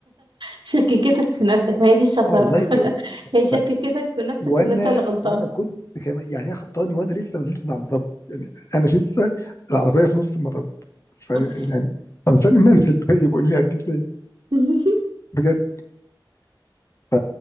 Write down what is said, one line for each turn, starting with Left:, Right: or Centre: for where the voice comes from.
Right: شككتك في نفسك ما هي دي الشطارة
Left: آه والله بجد
Right: هي شككتك
Left: ف-
Right: في نفسك
Left: وانا
Right: ان انت اللي غلطان
Left: وانا كنت كمان يعني هي خبطاني وانا لسه ما نزلتش من على المطب يعني انا لسه العربيه في نص المطب ف
Right: بص
Left: يعني طب استني ما انزل طيب قول لي هديت ليه
Right: <laughs>
Left: بجد ف-